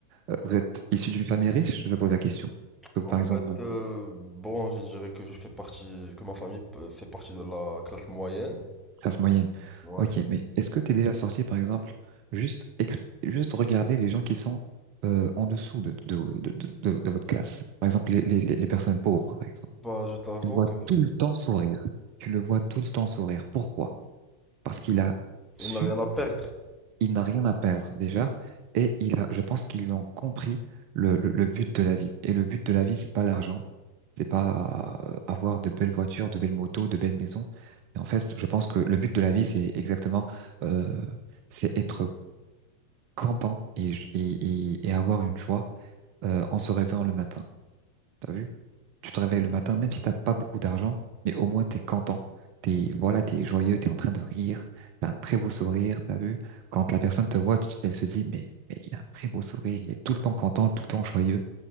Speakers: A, on the right; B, in the centre.
A: euh, vous êtes issu d'une famille riche. Je pose la question. Que, par
B: En
A: exemple,
B: fait, euh, bon, je dirais que je fais partie, que ma famille p- fait partie de la classe moyenne.
A: Classe moyenne.
B: Ouais.
A: Ok, mais est-ce que t'es déjà sorti, par exemple, juste, ex- juste regarder les gens qui sont euh, en dessous de, de, de, de, de- de votre classe? Par exemple, les, les, les les personnes pauvres, par exemple.
B: Bah, je t'avoue
A: Tu le vois
B: que, ouais,
A: tout le temps sourire. Tu le vois tout le temps sourire. Pourquoi? Parce qu'il a su
B: il n'a rien à perdre.
A: il n'a rien à perdre déjà, et il a, je pense qu'ils ont compris le, le, le but de la vie. Et le but de la vie, c'est pas l'argent, c'est pas euh, avoir de belles voitures, de belles motos, de belles maisons. Mais en fait, je pense que le but de la vie, c'est exactement, euh, c'est être content et, j- et, et, et avoir une joie euh, en se réveillant le matin. T'as vu? Tu te réveilles le matin, même si t'as pas beaucoup d'argent, mais au moins t'es content. T'es, voilà, t'es joyeux, t'es en train de rire, t'as un très beau sourire, t'as vu? Quand la personne te voit, tu- elle se dit, mais, mais il a un très beau sourire, il est tout le temps content, tout le temps joyeux.